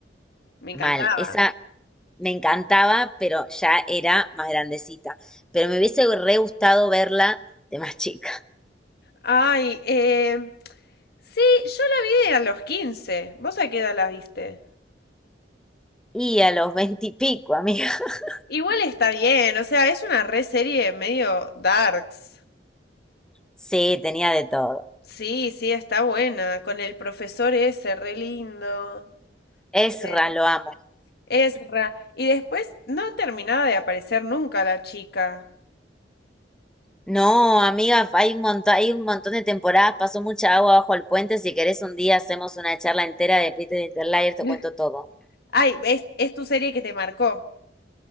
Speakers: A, on the left; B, in the centre.
A: Me encantaba.
B: Mal. Esa me encantaba, pero ya era más grandecita. Pero me hubiese re gustado verla de más chica.
A: Ay, eh... Sí, yo la vi de a los 15. ¿Vos a qué edad la viste?
B: Y a los veintipico, amiga. <laughs>
A: Igual está bien, o sea, es una re serie medio darks.
B: Sí, tenía de todo.
A: Sí, sí, está buena, con el profesor ese, re lindo.
B: Ezra,
A: Eh,
B: lo amo.
A: Ezra. Y después no terminaba de aparecer nunca la chica.
B: No, amiga, hay un montón, hay un montón de temporadas, pasó mucha agua bajo el puente. Si querés un día hacemos una charla entera de Peter Interlayer,
A: <laughs>
B: te cuento todo.
A: Ay, es, es tu serie que te marcó.